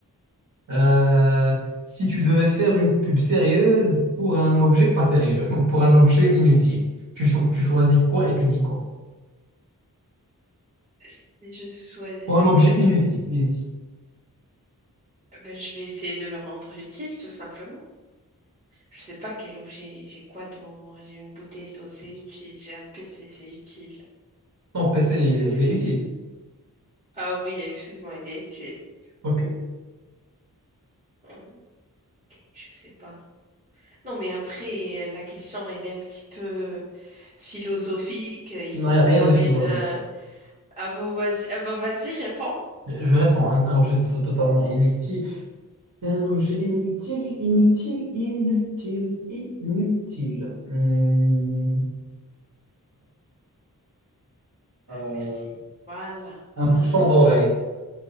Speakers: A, on the right (about 55°); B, on the right (about 20°).
A: Euh, si tu devais faire une pub sérieuse pour un objet pas sérieux, <laughs> pour un objet inutile, tu, cho- tu choisis quoi et tu dis quoi?
B: Si je choisis,
A: Pour un objet inutile, inutile.
B: ben je vais essayer de le rendre utile, tout simplement. Je sais pas quel objet, j'ai quoi devant moi? J'ai une bouteille d'eau, c'est utile. J'ai un PC, c'est utile.
A: Ton PC, il, est il est utile.
B: Ah oui, excuse-moi, il est utile.
A: Ok.
B: Ok, je sais pas. Non, mais après, la question, elle est un petit peu philosophique. Il
A: Non,
B: faut
A: il
B: qu'on
A: n'y a rien
B: ramène.
A: de philosophe.
B: euh, Ah bah vas-y, ah bah vas-y, réponds.
A: Je réponds, un, un objet to- totalement inutile. Un objet inutile, inutile, inutile, inutile. Hum, euh,
B: Ah, merci. Voilà,
A: un
B: voilà.
A: bouchon d'oreille.